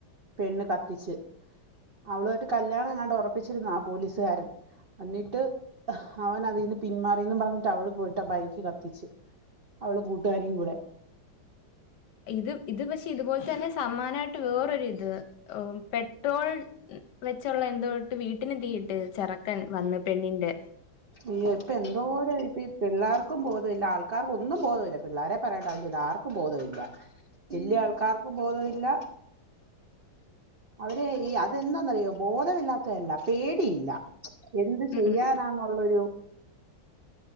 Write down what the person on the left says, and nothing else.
ഇത് ഇത് പക്ഷെ ഇതുപോലെ തന്നെ സമാനായിട്ട് വേറൊരു ഇത് ഏഹ് പെട്രോൾ ഉം വെച്ചൊള്ള എന്തോ ഇട്ട് വീട്ടിന് തീയിട്ട് ചെറക്കൻ വന്ന് പെണ്ണിന്റെ
ഉം
ഉം